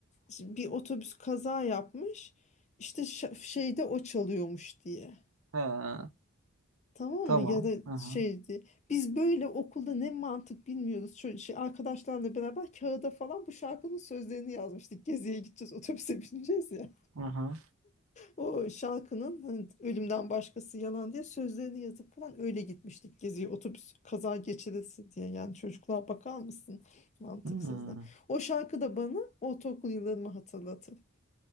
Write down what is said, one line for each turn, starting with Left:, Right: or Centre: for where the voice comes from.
Left: Şimdi bir otobüs kaza yapmış. İşte şa- şeyde o çalıyormuş diye.
Right: Ha,
Left: Tamam
Right: tamam.
Left: mı? Ya da
Right: Aha,
Left: şeydi. Biz böyle okulda ne mantık bilmiyoruz. Ço- şey, arkadaşlarla beraber kağıda falan bu şarkının sözlerini yazmıştık. Geziye gideceğiz, otobüse bineceğiz ya.
Right: aha.
Left: O şarkının hani, ölümden başkası yalan diye sözlerini yazıp falan öyle gitmiştik geziye. Otobüs kaza geçirisi diye. Yani çocukluğa bakar mısın? Mantıksızlar.
Right: Hmm.
Left: O şarkı da bana ortaokul yıllarımı hatırlatır.